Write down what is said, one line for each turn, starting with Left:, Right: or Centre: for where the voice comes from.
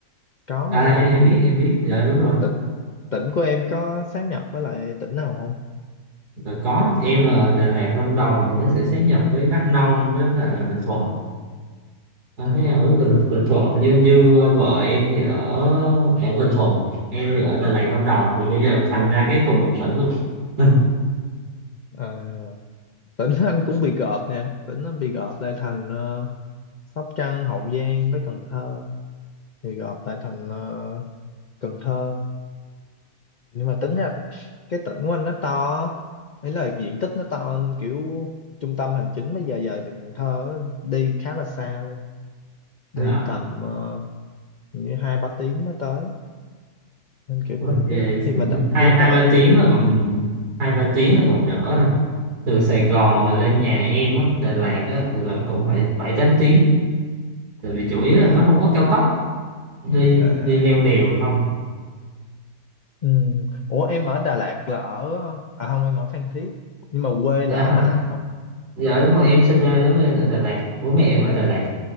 Left: có
Right: à
Left: mà đúng
Right: em
Left: không
Right: em
Left: kiểu
Right: biết em biết dạ đúng rồi
Left: tỉnh tỉnh của em có sát nhập với lại tỉnh nào không
Right: Ờ, có em là Đà Lạt Lâm Đồng thì nó sẽ sáp nhập với Đắk Nông với lại là Bình Thuận À,
Left: ừ
Right: thế nào với Bình, Bình Thuận như như vợ em thì ở ở Bình Thuận em thì ở Đà Lạt Lâm Đồng thì bây giờ thành ra cái cùng một tỉnh luôn <laughs>
Left: à, tỉnh anh cũng bị gộp nè tỉnh anh bị gộp lại thành ờ, Sóc Trăng Hậu Giang với Cần Thơ thì gộp lại thành ờ, Cần Thơ nhưng mà tính ra cái tỉnh của anh nó to ấy là diện tích nó to hơn kiểu trung tâm hành chính mới giờ dời về Cần Thơ á, đi khá là xa luôn đi
Right: à,
Left: tầm ờ, hình như hai ba tiếng mới tới nên kiểu
Right: về
Left: cũng không biết khi mà đọc
Right: hai
Left: giấy
Right: hai
Left: tờ
Right: ba
Left: như
Right: tiếng
Left: thế nào
Right: là còn hai ba tiếng là còn đỡ à. từ Sài Gòn mà lên nhà em á Đà Lạt á là cũng phải bảy tám tiếng tại vì chủ yếu là
Left: à,
Right: nó không có cao tốc đi
Left: à,
Right: đi leo đèo không
Left: ừ. ủa em ở Đà Lạt là ở à không em ở Phan Thiết nhưng mà quê
Right: à,
Left: là ở
Right: ha.
Left: Đà Lạt không
Right: dạ đúng rồi em sinh ra lớn lên ở Đà Lạt bố mẹ em ở Đà Lạt